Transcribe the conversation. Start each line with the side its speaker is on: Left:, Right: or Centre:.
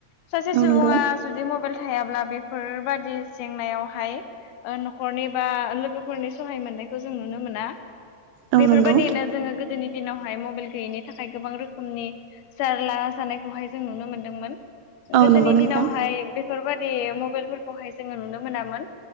Left: सासे सुबुङा
Right: औ नंगौ
Left: जुदि मबाइल थायाब्ला बेफोरबादि जेंनायावहाय ओ न'खरनि बा लोगोफोरनि सहाय मोननायखो जों नुनो मोना।
Right: औ
Left: बेफोरबायदिनो
Right: नंगौ
Left: जोङो गोद दोनि दिनावहाय मबाइल गैयैनि थाखाय गोबां रोखोमनि जारला जानायखौहाय जों नुनो मोनदोंमोन।
Right: औ
Left: गोदोनि
Right: नंगौ नोंथां
Left: दिनावहाय बे बेफोरबादि मबाइलफोरखौहाय जोङो नुनो मोनामोन।